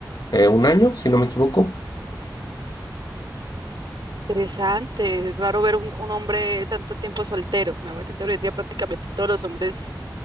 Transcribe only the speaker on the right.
interesante, es raro ver un, un hombre tanto tiempo soltero, me hago entender, hoy en día prácticamente todos los hombres